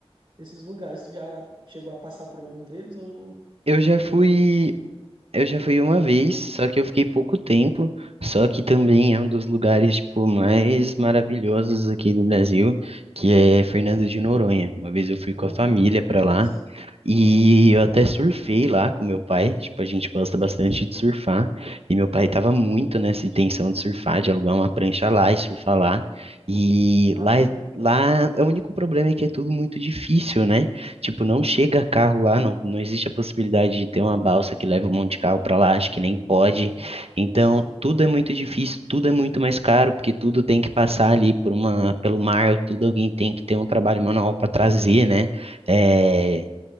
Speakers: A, on the right; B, on the right.
A: esses lugares. Tu já chegou a passar por algum deles ou
B: Eu já fui.
A: foi tipo,
B: Eu já fui uma vez, só que eu fiquei pouco tempo, só que também é um dos lugares, tipo, mais maravilhosos aqui do Brasil, que é Fernando de Noronha. Uma vez eu fui
A: porra,
B: com a família pra
A: massa.
B: lá, e eu até surfei lá com meu pai, tipo, a gente gosta bastante de surfar, e meu pai tava muito nessa intenção de surfar, de alugar uma prancha lá e surfar lá, e
A: Caramba.
B: lá, é- lá é o único problema é que é tudo muito difícil, né? Tipo, não chega carro lá, não, não existe a possibilidade de ter uma balsa que leva um monte de carro pra lá, acho que nem pode,
A: Ah,
B: então
A: sim,
B: tudo é muito difícil, tudo é muito mais caro, porque tudo tem que passar ali por uma, pelo mar, tudo alguém tem que ter um trabalho manual para trazer, né? eh,